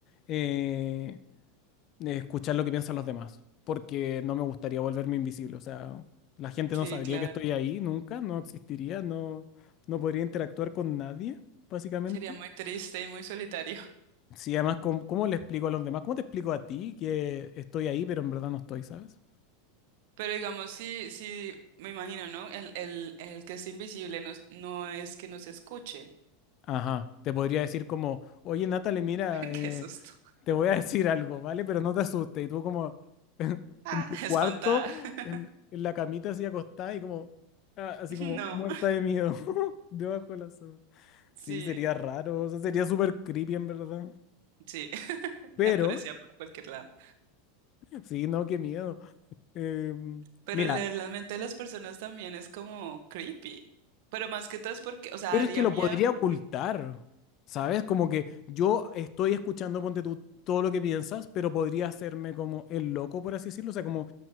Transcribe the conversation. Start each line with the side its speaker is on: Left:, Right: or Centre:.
Left: eh, de escuchar lo que piensan los demás, porque no me gustaría volverme invisible. O sea, la gente
Right: Sí,
Left: no sabría
Right: claro.
Left: que estoy ahí nunca, no existiría, no, no podría interactuar con nadie, básicamente.
Right: Sería muy triste y muy solitario. <laughs>
Left: Sí, además, ¿cómo, cómo le explico a los demás? ¿Cómo te explico a ti que estoy ahí, pero en verdad no estoy, ¿sabes?
Right: Pero digamos, sí, sí, me imagino, ¿no? El, el, el que es invisible no, es- no es que nos escuche.
Left: Ajá, te podría decir como, oye, Natalie, mira,
Right: <laughs>
Left: eh,
Right: Qué susto.
Left: te voy a decir algo, ¿vale? Pero no te asustes. Y tú como <laughs>
Right: Ah,
Left: en, tu cuarto,
Right: espantada. <laughs>
Left: en, en la camita así acostada y como, ah, así como
Right: No.
Left: muerta de miedo, <laughs> debajo de la sábana.
Right: Sí,
Left: Sí, sería raro, o sea, sería súper creepy en verdad.
Right: sí, <laughs>
Left: Pero,
Right: aparecía por cualquier lado.
Left: sí, no, qué miedo. Em,
Right: Pero
Left: mira,
Right: leer la mente de las personas también es como creepy. Pero más que todo es porque, o sea,
Left: pero
Right: haría
Left: es que lo
Right: miedo
Left: podría
Right: porque...
Left: ocultar, ¿sabes? Como que yo estoy escuchando, ponte tú, todo lo que piensas, pero podría hacerme como el loco, por así decirlo, o sea, como